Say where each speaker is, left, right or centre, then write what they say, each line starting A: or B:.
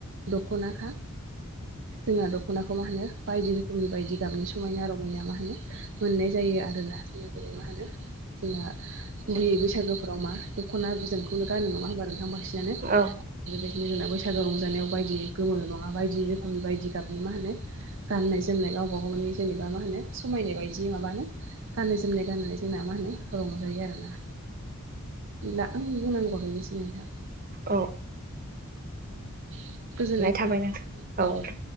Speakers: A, on the right; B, on the right.
A: दख'नााखा जोंना दख'नाखौ मा होनो बायदि रोखोमनि बायदि गाबनि समायना रमायना मा होनो मोननाय जायो आरोना जोंना बेलै मा होनो जोंना गुबैयै बैसागोफोराव मा दख'ना बिदनखौनो गाननो नङा होमबा नोंथां बांसि नानो
B: औ
A: बेफोरबायदिनो जोंना बैसागो रंजानायाव बायदि गोमो नङा बायदि रोखोमनि बायदि गाबनि मा होनो गाननाय जोमनाय गावबा गाव मानि जेनेबा मा होनो समायनाय बायदि माबानो गाननाय जोमनाय गाननानै जोंना मा होनो रंजायो आरोना। ला आंनि बुंनांगौआ बेनोसै नोंथां।
B: औ
A: गोजोननाय
B: थाबाय नोंथां औ दे